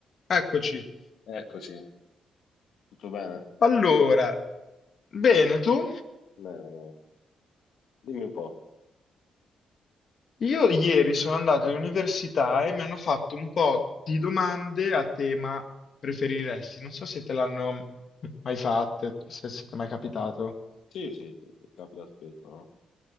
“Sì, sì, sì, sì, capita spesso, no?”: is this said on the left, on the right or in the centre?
Left